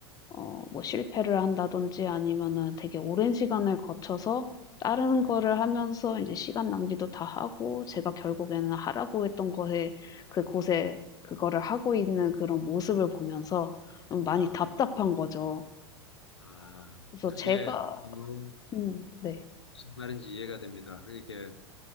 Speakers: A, on the left; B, on the left.
A: 어 뭐 실패를 한다든지 아니면은 되게 오랜 시간을 거쳐서 다른
B: 네.
A: 거를 하면서 이제 시간 낭비도 다 하고 제가 결국에는 하라고 했던 거에 그곳에 그거를 하고 있는 그런 모습을 보면서 좀 많이
B: 아,
A: 답답한 거죠.
B: 아,
A: 그래서
B: 그게
A: 음. 제가
B: 음,
A: 음 네.
B: 무슨 말인지 이해가 됩니다. 이게